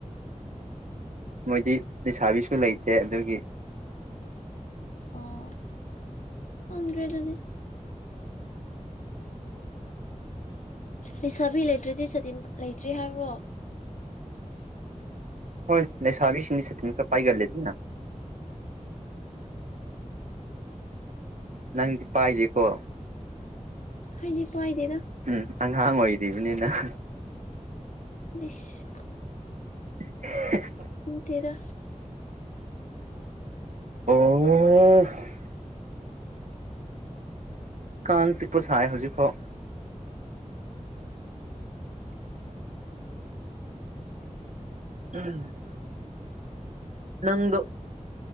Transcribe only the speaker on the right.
ꯃꯣꯏꯗꯤ ꯂꯩꯁꯥꯕꯤꯁꯨ ꯂꯩꯇꯦ ꯑꯗꯨꯒꯤ
ꯍꯣꯏ ꯂꯩꯁꯥꯕꯤꯁꯤꯡꯗꯤ ꯁꯥꯇꯤꯟ ꯈꯔ ꯄꯥꯏꯒꯜꯂꯤꯗꯅ ꯅꯪꯗꯤ ꯄꯥꯏꯗꯦꯀꯣ
ꯎꯝ ꯑꯉꯥꯡ ꯑꯣꯏꯔꯤꯕꯅꯤꯅ <unintelligible>
<unintelligible>
ꯑꯣ <unintelligible> ꯑꯣ ꯀꯥꯡ ꯆꯤꯛꯄ ꯁꯥꯏ ꯍꯧꯖꯤꯛꯐꯥꯎ <unintelligible> ꯅꯪꯗꯣ